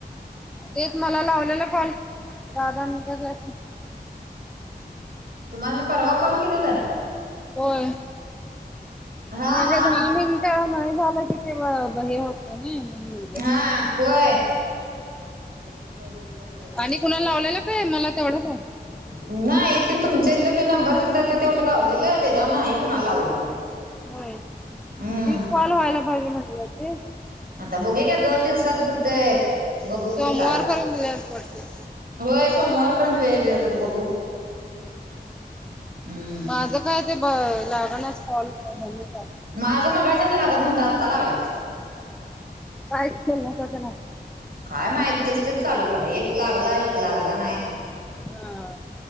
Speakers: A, in the centre; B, on the right (about 65°).
A: तेच मला लावलेला कॉल दाह दाह मिटचाचं
B: तुम्हाला परवा कॉल केलेलं
A: होय.
B: हा
A: म्हणजे
B: हा
A: दहा मिनिटं नाही झालं कि ते हे होत नाही ना म्हणून म्हटलं,
B: हा होय <unintelligible>
A: आणि कुणाला लावलेलं बाई मला तेवढं आहे,
B: <unintelligible> नाही ते तुमच्या इथलं ते नंबर दिलता ते तेवढं लावलेलं त्याच्यावर नाही कुणाला लावल मग
A: होय
B: हम्म
A: तीस कॉल व्हायला पाजे म्हटलं ते,
B: आता बघ का दोन दिवसात होते बघू
A: सोमवारपर्यंत
B: की काय होते
A: दिले आहेत वाटतं.
B: होय सोमवारपर्यंत व्याजातता बघू हम्म
A: माझं काय ते ब लागणारॉल म्ह
B: माझं मगायच्यान लागत नव्हतं आत्ता लागलाय
A: काय ना सगला
B: काय माहितस तेच चालू झाल एक लागला एक लागला नाही
A: हा